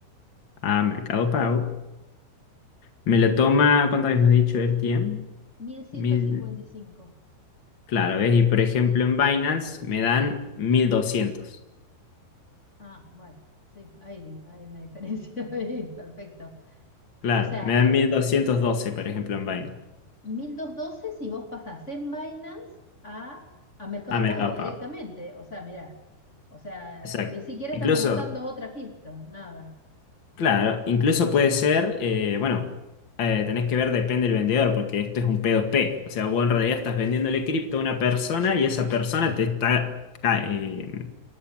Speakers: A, on the left; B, on the left.
A: a Mercado Pago, Me lo toma, cuántas veces me has dicho el tiempo?
B: mil ciento
A: Mil.
B: cincuenta y cinco
A: Claro, ¿ves? Y por ejemplo en Binance me dan mil doscientos
B: Ah, bueno, sí, ahí hay hay una diferencia <laughs> ahí, perfecto.
A: Claro,
B: O sea,
A: me dan 1212 por ejemplo, en Binance.
B: mil doscientos doce si vos pasás en Binance a, a Mercado
A: Ah, Mercado
B: Pago directamente.
A: Pago.
B: O sea, mirá, o sea,
A: Exacto.
B: ni siquiera
A: Incluso,
B: estamos usando otra cripto, nada.
A: claro, incluso puede ser, eh, bueno, eh, tenés que ver, depende del vendedor, porque esto es un p dos p O sea, vos en realidad estás vendiéndole cripto a una persona y esa persona te está, ca- eh,